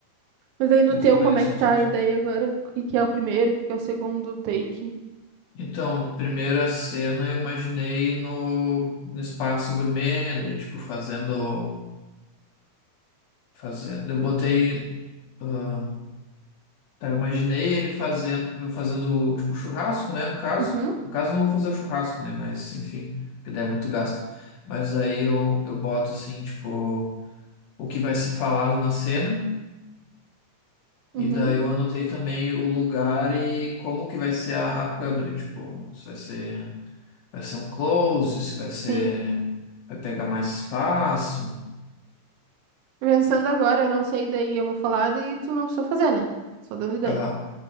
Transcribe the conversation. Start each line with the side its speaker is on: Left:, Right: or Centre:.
Right: Mas aí no
Left: Eles
Right: teu,
Left: organizam
Right: como é que tá
Left: tudo.
Right: a ideia agora? O que que é o primeiro, o que que é o segundo take?
Left: Então, primeira cena eu imaginei no, no espaço gourmet, daí tipo fazendo fazendo, eu botei ah, tá, eu imaginei ele fazendo fazendo tipo churrasco, né, no caso.
Right: Uhum,
Left: No caso, eu não vou fazer o churrasco, né? Mas, enfim, que daí é muito gasto. Mas aí eu, eu boto assim, tipo. o que vai ser falado na cena.
Right: uhum,
Left: E daí eu anotei também o lugar e como que vai ser a, a câmera, tipo, se vai ser, vai ser um close, se vai ser,
Right: sim.
Left: vai pegar mais espaço.
Right: Pensando agora, eu não sei, daí eu vou falar, daí tu não precisa fazer, né? Só dando ideia.
Left: Aham,